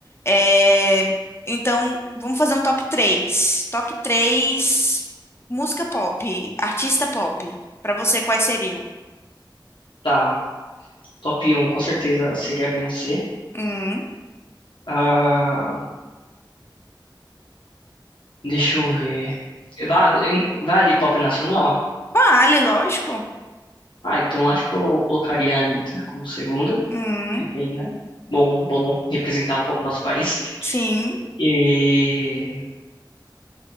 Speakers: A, on the left; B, on the left.
A: É, então, vamos fazer um top três Top 3 música pop, artista pop. Pra você, quais seriam?
B: Tá, top um com certeza seria a Beyoncé.
A: Hum,
B: Ah, deixa eu ver. Vale, vale pop nacional?
A: vale, lógico.
B: Ah, então acho que eu colocaria a Anitta como segunda.
A: Hum,
B: Enfim, né? Bom, bom representar um pouco o nosso país.
A: sim.
B: E.